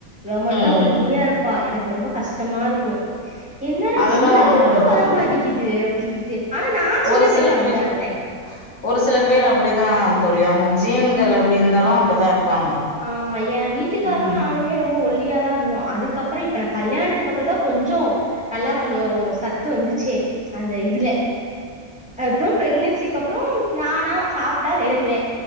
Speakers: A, in the centre; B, on the left (about 80°).
A: இவமட்டும்
B: ம்
A: தான் ஒல்லியா இருப்பா எனக்கு ரொம்ப கஷ்டமா இருக்கும் என்னடா
B: அதெல்லா
A: என்ன
B: ஒண்ணு
A: குடுத்தும்
B: இல்ல
A: வரமாட்டேங்குது
B: தோழி
A: அப்படின்ட்டு ஆனா நான் சின்ன
B: ஒரு
A: பிள்ளைையில
B: சில
A: அப்படிதான்
B: பேர்
A: இருந்தேன்
B: ஒரு சில பேர் அப்படித்தான் தோழி அவங்க ஜீன்கள் அப்படி இருந்தாலும் அப்படி தான் இருப்பாங்க
A: ஆமா ஏன் வீட்டுக்காரும்
B: இப்ப
A: நானுமே ரொம்ப ஒல் ஒல்லியாத இருந்தோம் அதுக்கப்புறம் இப்ப நான் கல்யாணத்துக்கு அப்புறம் தான் கொஞ்சம் நல்லா கொஞ்சம் சத்து வந்துச்சே அந்த இதுல அப்புறம் பிரெக்னன்சிக்கு அப்புறம் நானா சாப் ட்டா ஏறுவேன்